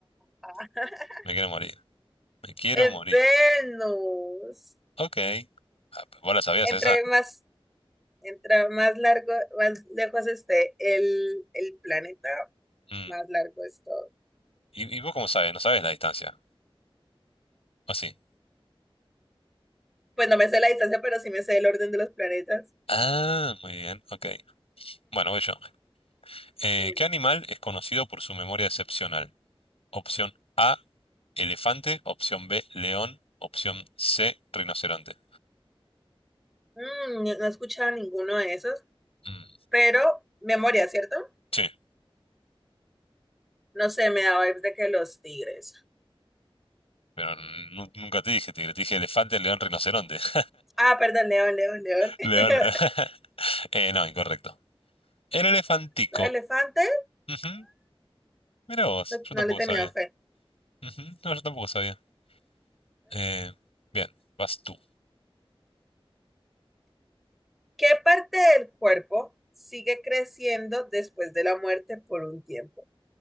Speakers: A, in the centre; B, on the left.
A: <laughs>
B: me quiero morir. Me quiero
A: Es
B: morir.
A: Venus.
B: Ok. Ah, pues, ¿Vos la sabías
A: Entre
B: esa?
A: más Entra más largo, más lejos esté el, el planeta,
B: Mm.
A: más largo es todo.
B: ¿Y, y vos cómo sabes? ¿No sabes la distancia? ¿O sí?
A: Pues no me sé la distancia, pero sí me sé el orden de los planetas.
B: Ah, muy bien. Ok. Bueno, voy yo. Eh,
A: Mm,
B: ¿qué animal es conocido por su memoria excepcional? Opción A, elefante. Opción B, león. Opción C, rinoceronte.
A: mm, ni- no he escuchado ninguno de esos,
B: Mm,
A: pero memoria, ¿cierto?
B: Sí,
A: No sé, me da vibes de que los tigres.
B: pero nu- nunca te dije tigre. Te dije elefante, león, rinoceronte. <laughs>
A: Ah, perdón, león, león, león. <laughs>
B: León. <laughs> Eh, no, incorrecto. El elefantico.
A: Los elefantes,
B: Ujú, Mira vos,
A: no,
B: yo
A: no
B: tampoco
A: le tenía
B: sabía.
A: fe.
B: Ujú, No, yo tampoco sabía. Eh, bien, vas tú.
A: ¿Qué parte del cuerpo sigue creciendo después de la muerte por un tiempo?